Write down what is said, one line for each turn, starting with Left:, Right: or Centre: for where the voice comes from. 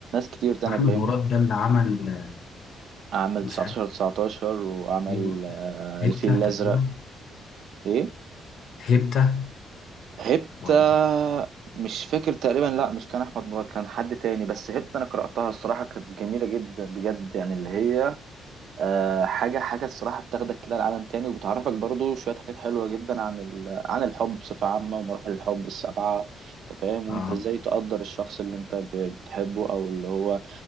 Right: كتير تانية
Left: احمد
Right: فاهمني
Left: مراد ده اللي عمل آه،
Right: عمل
Left: مش
Right: 19
Left: عارف
Right: 19 وعمل
Left: ليه
Right: آه
Left: هيبتا
Right: الفيل الأزرق
Left: تقريبا
Right: إيه
Left: هيبتا
Right: هبت
Left: ولا
Right: آه، مش فاكر تقريبا لا مش كان أحمد مراد كان حد تاني بس هبت أنا قرأتها الصراحة كانت جميلة جدا بجد يعني اللي هي آه، حاجة حاجة الصراحة بتاخدك كده لعالم تاني وبتعرفك برضو شوية حاجات حلوة جدا عن ال... عن الحب بصفة عامة ومراحل الحب السبعة أنت فاهم وأنت
Left: اه
Right: إزاي تقدر الشخص اللي أنت ب... بتحبه أو اللي هو